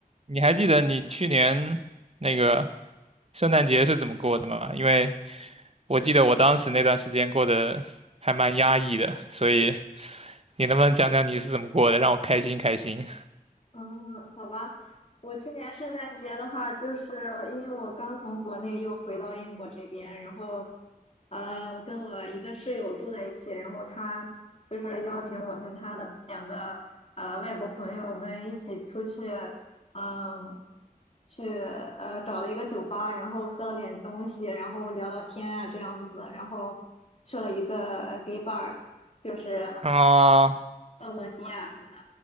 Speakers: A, on the right; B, on the left.
A: 你还记得你去年那个圣诞节是怎么过的吗？因为我记得我当时那段时间过得还蛮压抑的，所以你能不能讲讲你是怎么过的，让我开心开心？
B: 嗯，好吧，我去年圣诞节的话，就是因为我刚从国内又回到英国这边，然后，呃，我跟我一个室友住在一起，然后他就是邀请我跟他的两个呃外国朋友，我们一起出去，嗯，去呃找了一个酒吧，然后喝了点东西，然后聊聊天啊这样子，然后去了一个 gay bar，就是
A: 啊、
B: 蹦蹦迪啊什么的。